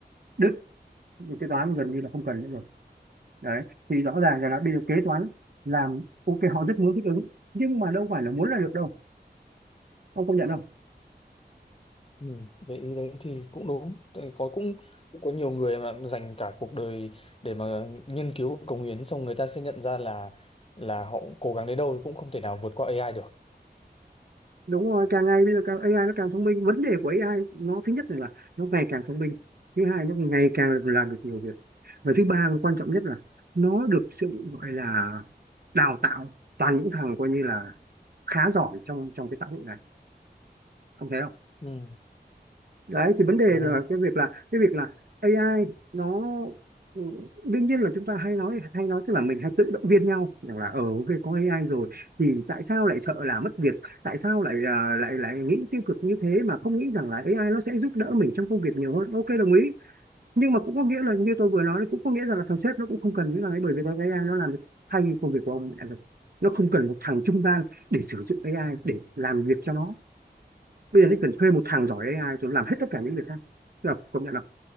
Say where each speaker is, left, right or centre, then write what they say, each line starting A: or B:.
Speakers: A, on the right (about 65°); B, on the left (about 35°).
A: đứt kế toán gần như là không cần nữa rồi đấy thì rõ ràng là bây giờ kế toán làm ok họ rất muốn thích ứng nhưng mà đâu phải là muốn là được đâu ông công nhận không
B: Ừ, vậy ý đấy thì cũng đúng. Tại Có cũng cũng có nhiều người mà dành cả cuộc đời để mà nghiên cứu và cống hiến xong người ta sẽ nhận ra là là họ cố gắng đến đâu thì cũng không thể nào vượt qua AI được.
A: đúng rồi càng ngày bây giờ càng AI nó càng thông minh vấn đề của AI nó thứ nhất là nó ngày càng thông minh thứ hai nó ngày càng làm được nhiều việc và thứ ba quan trọng nhất là nó được sự gọi là đào tạo toàn những thằng coi như là khá giỏi trong trong cái xã hội này ông thấy không
B: Ừ,
A: đấy thì vấn đề
B: đúng
A: là
B: rồi.
A: cái việc là cái việc là AI nó ừ, đương nhiên là chúng ta hay nói hay nói tức là mình hay tự động viên nhau rằng là ờ ok có AI rồi thì tại sao lại sợ là mất việc tại sao lại à, lại lại nghĩ tiêu cực như thế mà không nghĩ rằng là AI nó sẽ giúp đỡ mình trong công việc nhiều hơn ok đồng ý nhưng mà cũng có nghĩa là như tôi vừa nói đấy, cũng có nghĩa rằng là thằng sếp nó cũng không cần những thằng ấy bởi vì thằng AI nó làm thay công việc của ông đã được nó không cần một thằng trung gian để sử dụng AI để làm việc cho nó bây giờ nó cần thuê một thằng giỏi AI rồi làm hết tất cả những việc khác được công nhận là